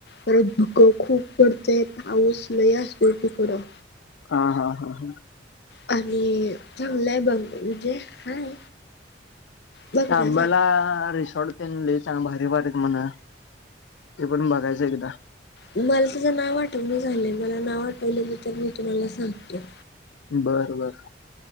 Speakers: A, on the left; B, on the left.
A: परत धुकं खूप पडतय पाऊस लय असतोय तिकडं.
B: हा हा हा हा.
A: आणि, चांगलंय बघ म्हणजे हाय बघण्यासारखं
B: अंबाला रिसॉर्ट. तेन लई चां भारी भारी आहेत म्हण, ते पण बघायचं एकदा.
A: मला त्याज नाव आठवण झालंय मला नाव आठवल तर मी तुम्हाला सांगतो.
B: बर बर,